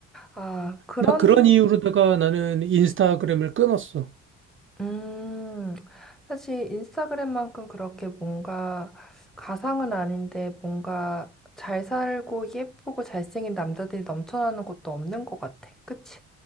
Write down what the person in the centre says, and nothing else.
아, 그런,
음, 사실 인스타그램만큼 그렇게 뭔가 가상은 아닌데 뭔가 잘 살고 예쁘고 잘생긴 남자들이 넘쳐나는 것도 없는 것 같아. 그치?